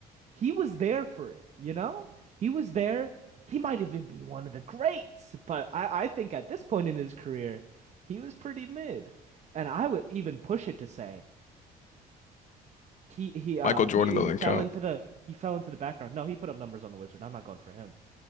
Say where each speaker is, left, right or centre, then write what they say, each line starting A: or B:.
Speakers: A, on the right; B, on the left.
A: He was there for it, you know? He was there. He might even be one of the greats, but I, I think at this point in his career, he was pretty mid. And I would even push it to say he he uh
B: Michael
A: he,
B: Jordan doesn't
A: he fell
B: count.
A: into the he fell into the background. No, he put up numbers on the Wizard. I'm not going for him.